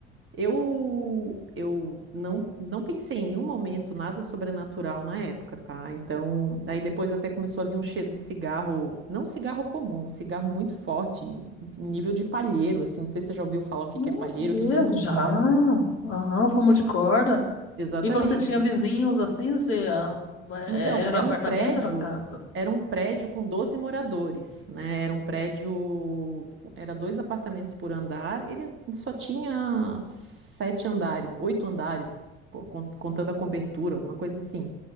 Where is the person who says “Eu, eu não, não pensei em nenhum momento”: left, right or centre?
Right